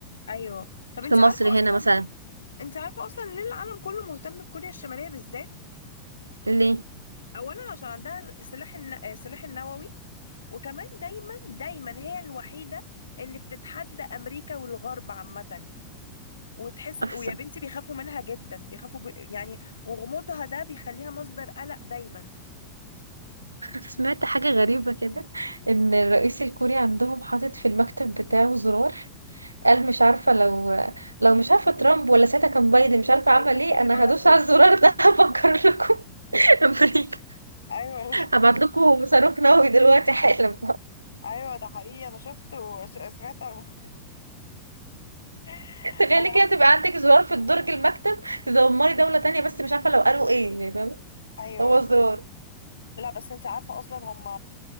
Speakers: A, on the left; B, on the right.
A: ايوه طب انت
B: في مصر
A: عارفة
B: هنا
A: اصلا
B: مثلا
A: انت عارفة اصلا ليه العالم كله مهتم بكوريا الشمالية بالذات
B: ليه
A: اولا عشان عندها سلاح الن... سلاح النووي وكمان دايما دايما هي الوحيده اللي بتتحدى امريكا والغرب عامه وتحس
B: احسن
A: ويا بنتي بيخافوا منها جدا بيخافوا ج... يعني وغموضها ده بيخليها مصدر قلق دايما
B: <laughs> سمعت حاجه غريبه كده ان الرئيس الكوري عندهم حاطط في المكتب بتاعه زرار قال مش عارفة لو لو مش عارفة ترامب ولا ساعتها كان بايدن مش عارفة
A: هيفجر
B: عمل ايه انا
A: العالم
B: هدوس
A: كله
B: على الزرار ده <laughs> هفكر لكم امريكا
A: ايوه ده
B: هبعت لكم صاروخ نووي دلوقتي حالا
A: ايوه ده حقيقي انا شفت وسمعت عن الموضوع. <laughs>
B: تخيلي
A: انا
B: كده
A: قبل
B: تبقى عندك زرار في درج المكتب تدمري دولة تانية بس مش عارفة لو قالوا ايه يعني فاهمة
A: ايوه
B: هو زرار
A: لا بس انت عارفه اصلا هم